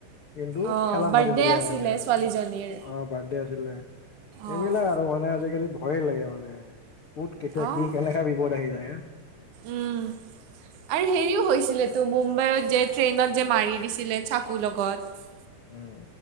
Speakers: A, on the left; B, on the right.
A: কিন্তু
B: অ',
A: ঠেলা
B: বাৰ্থডে
A: মাৰি দিলে
B: আছিলে
A: মানে
B: ছোৱালীজনীৰ।
A: অ বাৰ্থডে আছিলে
B: অ',
A: এইবিলাক আৰু মানে আজিকালি ভয়ে লাগে মানে কত কেতিয়া
B: অ',
A: কি কেনেকা বিপদ আহি যায় হা
B: উম। আৰু হেৰিও হৈছিল তো মুম্বাইত যে ট্ৰেইনত যে মাৰি দিছিলে চাকুৰ লগত
A: উম